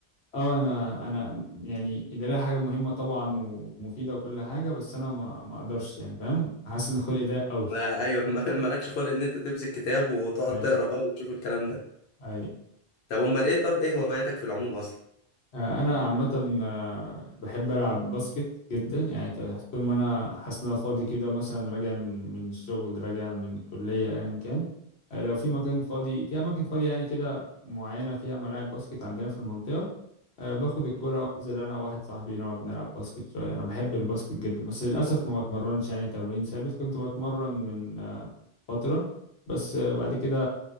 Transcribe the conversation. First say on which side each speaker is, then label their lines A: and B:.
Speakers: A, on the left (about 85°); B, on the left (about 65°).
A: اه انا انا يعني القرايه حاجه مهمه طبعا ومفيده وكل حاجه بس انا ما ما اقدرش يعني فاهم حاسس ان خلقي ضيق قوي
B: ما أيوه <laughs> ما- مالكش خلق إن أنت تمسك كتاب وتقعد
A: اي
B: تقرا بقى وتشوف الكلام ده
A: اي
B: طب أمال إيه طب إيه هواياتك في العموم أصلا؟
A: آه، انا عامه آه، بحب العب باسكت جدا يعني ت- طول ما انا حاسس ان انا فاضي كده مثلا راجع من من الشغل راجع من الكليه ايا كان آه، لو في مكان فاضي في اماكن فاضيه يعني كده معينه فيها ملاعب باسكت عندنا في المنطقه أه باخد الكرة وانزل انا وواحد صاحبي نقعد نلعب باسكت شوية انا بحب الباسكت جدا بس للاسف ما بتمرنش يعني تمرين ثابت كنت بتمرن من أه فترة بس أه بعد كده